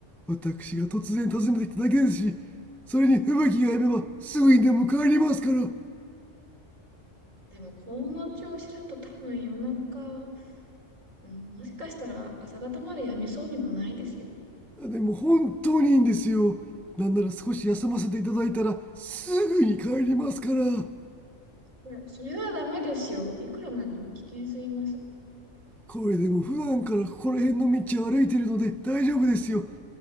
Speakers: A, in the centre; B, on the right (about 85°).
A: 私が突然訪ねてきただけですしそれに吹雪がやめばすぐにでも帰りますから
B: でも、この調子だと多分夜中、うん、もしかしたら朝方までやめそうにもないですよ。
A: でも本当にいいんですよなんなら少し休ませていただいたらすぐに帰りますから
B: いや、それはダメですよ。いくらなんでも危険すぎます。
A: これでも普段からここら辺の道を歩いているので大丈夫ですよ